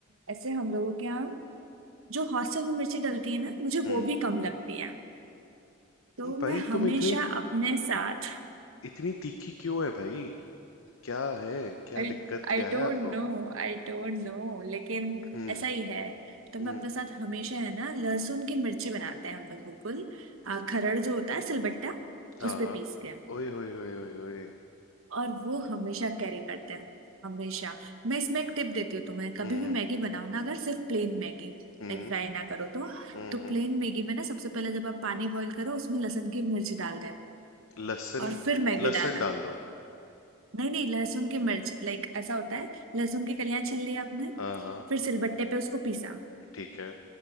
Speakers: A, on the right (about 85°); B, on the left (about 80°).
A: ऐसे हम लोगों के यहाँ जो हॉस्टल में मिर्ची डलती है ना मुझे
B: हम्म
A: वो भी कम लगती है तो
B: भाई
A: मैं हमेशा
B: तुम इतनी
A: अपने साथ
B: इतनी तीखी क्यों है भाई क्या है क्या
A: I
B: दिक्कत
A: I
B: क्या है
A: don't
B: आपको
A: know I don't know लेकिन
B: हम्म
A: ऐसा ही है तो मैं
B: हम्म
A: अपने साथ हमेशा है ना लहसुन की मिर्ची बनाते हैं हम लोग बिल्कुल अ, खरड़ जो होता है सिलबट्टा
B: हाँ
A: उस पे
B: हाँ
A: पीस के
B: ओए ओए ओए ओए ओए
A: और वो हमेशा कैरी करते हैं हमेशा मैं इसमें एक टिप देती हूँ तुम्हें कभी
B: हम्म
A: भी मैगी बनाओ ना अगर सिर्फ प्लेन मैगी
B: हम्म
A: लाइक फ्राई ना करो तो
B: हम्म
A: तो प्लेन मैगी में ना सबसे पहले जब आप पानी बॉईल करो उसमें लहसुन की मिर्च डाल देना
B: लहसुन
A: और फिर मैगी
B: लहसुन
A: डालना
B: डाल दो
A: नहीं नहीं लहसुन की मिर्च लाइक ऐसा होता है लहसुन की कलियां छील ली आपने
B: हाँ हाँ
A: फिर सिलबट्टे पे उसको पीसा
B: ठीक है